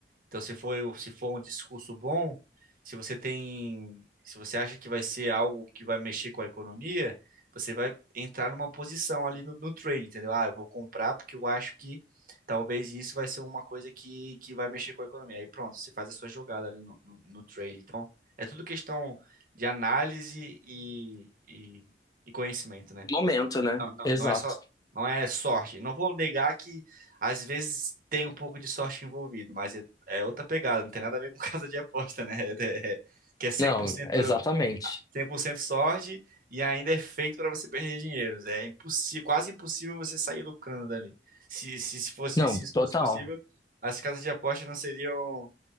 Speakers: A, on the right (about 50°); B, on the left (about 20°).
A: Então, se for, se for um discurso bom, se você tem, se você acha que vai ser algo que vai mexer com a economia, você vai entrar numa posição ali no, no trade, entendeu? Ah, eu vou comprar porque eu acho que talvez isso vai ser uma coisa que, que vai mexer com a economia. Aí pronto, você faz a sua jogada ali no, no, no trade. Então, é tudo questão de análise e, e, e conhecimento, né?
B: Momento, né?
A: Não, não,
B: Exato.
A: não é só, não é sorte. Não vou negar que às vezes tem um pouco de sorte envolvido, mas é, é outra pegada, não tem nada a ver com <laughs> casa de aposta, né? É- é- é, que é cem
B: Não,
A: por cento
B: exatamente.
A: cem por cento sorte e ainda é feito para você perder dinheiro. É impossível, quase impossível você sair lucrando dali. Se, se, se fosse,
B: Não,
A: se isso
B: total.
A: fosse possível, as casas de aposta não seriam